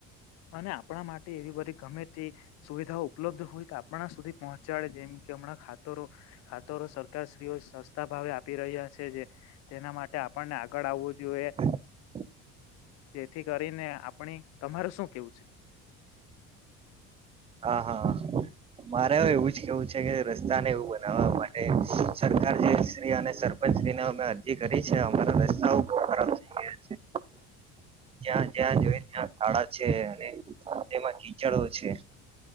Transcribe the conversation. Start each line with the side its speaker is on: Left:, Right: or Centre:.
Left: અને આપણા માટે એવી બધી ગમે તે સુવિધાઓ ઉપલબ્ધ હોય તો આપણા સુધી પહોંચાડે જેમ કે હમણાં ખા તરો ખાતરો સરકારશ્રીઓ સસ્તા ભાવે આપી રહ્યા છે જે તેના માટે આપણને આગળ આવવું જોએ.
Right: હ
Left: જેથી કરીને આપણી તમારે શું કેવું છે?
Right: હા હા મારે હો એવું જ કેવું છે કે ર સ્તા ને એવું બનાવા માટે સરકારજી શ્રીઅને સરપંચજીનો અમે અ રજી કરી છે અમારા રસ્તાઓ બહુ ખરાબ થઈ ગયા છે. ત્યાં જ્યાં જોયે ત્યાં ખાડા છે અને તેમાં કીચડો છે.